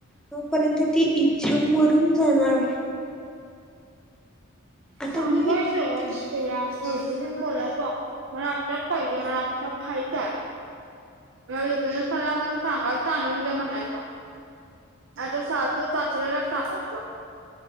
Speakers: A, in the centre; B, on the right.
A: तोपर्यंत ती इ छान मारून जाणार. आता
B: सघर्ष
A: मी
B: असला.
A: ती
B: उलटं तेन बोलायचं मला आत्ताच पाहिजे, मला आत्ता खायचंय. मला विकनेस आलाय म्हणून सांगायचं आणून दे म्हणायचं. आता सा तू साचऱ्याला सांगायचं.